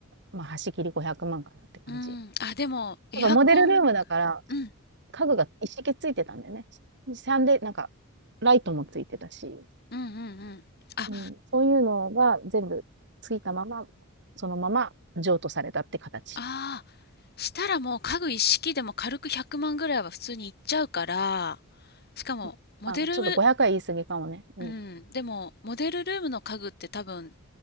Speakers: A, on the right (about 55°); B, on the left (about 45°).
A: まあ、端切り500万かなって感じ。
B: うん。
A: や
B: あ、でも、エアコン、
A: っぱモデルルームだから、
B: うん。
A: 家具が一式ついてたんだよね。し3でなんか、ライトもついてたし。
B: うんうんうんあ
A: うん、そういうのが全部ついたまま、そのまま譲渡されたって形。
B: ああしたらもう家具一式でも軽く100万ぐらいは普通にいっちゃうからしかもモデルル
A: うん、まあ、ちょっと500は言い過ぎかもね。うん。
B: うんでもモデルルームの家具って多分